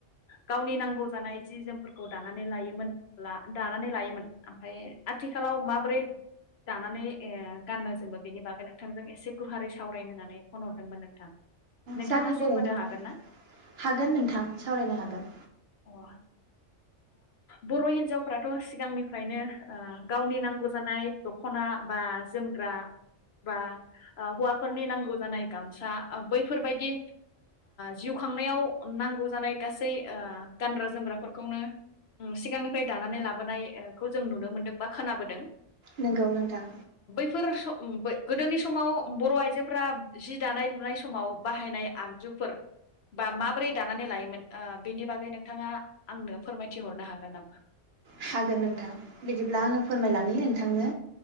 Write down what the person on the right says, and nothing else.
जागोन दे
नोंथां
हागोन नोंथां सावरायनो हागोन
नंगौ नोंथां
हागोन नोंथां बिदिब्ला आङो फोरमायलांनि नोंथांनो